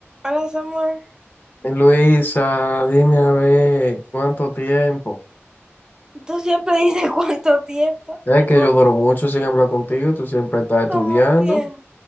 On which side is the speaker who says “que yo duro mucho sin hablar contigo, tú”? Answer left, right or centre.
Left